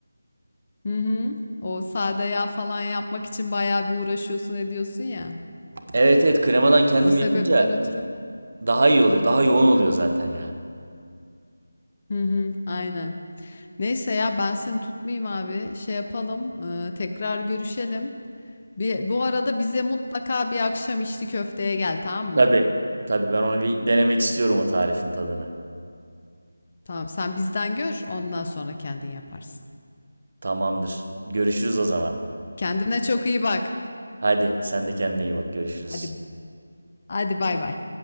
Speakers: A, on the left; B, on the right.
A: Hı hı. O sade yağ falan yapmak için bayağı bir uğraşıyorsun ediyorsun ya.
B: Evet evet kremadan kendim
A: O sebepten
B: yapınca
A: ötürü.
B: daha iyi oluyor. Daha yoğun oluyor zaten ya.
A: Hı hı, aynen. Neyse ya ben seni tutmayayım abi. Şey yapalım, e, tekrar görüşelim. Bir, bu arada bize mutlaka bir akşam içli köfteye gel tamam
B: Tabii.
A: mı?
B: Tabii ben onu bir denemek istiyorum o tarifin tadını.
A: Tamam sen bizden gör ondan sonra kendin yaparsın.
B: Tamamdır. Görüşürüz o zaman.
A: Kendine çok iyi bak.
B: Hadi sen de kendine iyi bak. Görüşürüz.
A: Hadi hadi bay bay.